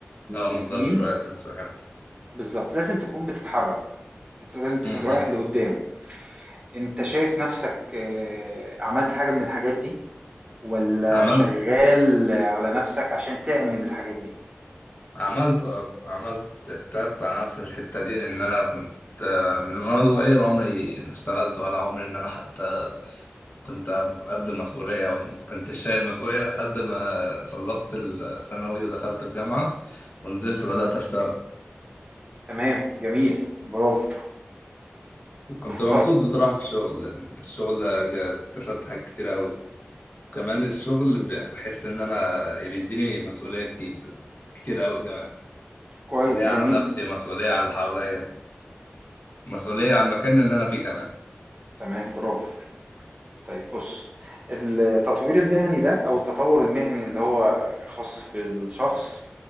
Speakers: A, on the left; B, on the right.
A: أه مفضلش
B: لسنين
A: واقف في المساحات
B: بالظبط لازم تكون بتتحرك أنت لازم تكون
A: امم
B: رايح لقدام أنت شايف نفسك آه، عملت حاجة من الحاجات دي ولا
A: عملت
B: شغال على نفسك عشان تعمل الحاجات دي
A: عملت آه، عملت التات على نفس الحتة دي لأن أنا كنت آه، من وأنا صغير عمري ما اشتغلت ولا عمري إن أنا حتى كنت قد مسؤولية أو كنت شايل مسؤولية لحد ما خلصت الثانوي ودخلت في جامعة ونزلت بدأت أشتغل
B: تمام جميل برافو
A: وكنت مبسوط
B: طيب
A: بصراحة في الشغل لأن الشغل جا- اكتسبت حاجات كتير أوي وكمان الشغل بحس إن أنا بيديني مسؤولية كتير كتير أوي كمان
B: كويس
A: مسؤولية على
B: جميل
A: نفسي مسؤولية على اللي حواليا مسؤولية على المكان اللي أنا فيه كمان
B: تمام برافو طيب بص التطوير المهني ده او التطور المهني اللي هو خاص بالشخص